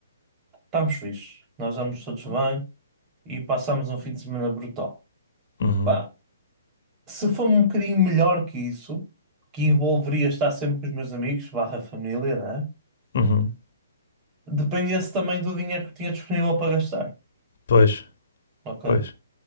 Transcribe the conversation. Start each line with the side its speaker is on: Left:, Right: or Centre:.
Right: estamos fixes. Nós estamos todos bem e passamos um fim de semana brutal.
Left: uhum,
Right: Pá, se for um bocadinho melhor que isso, que envolveria estar sempre com os meus amigos, barra família, né?
Left: uhum.
Right: Dependia-se também do dinheiro que tinha disponível para gastar,
Left: Pois,
Right: ok?
Left: pois.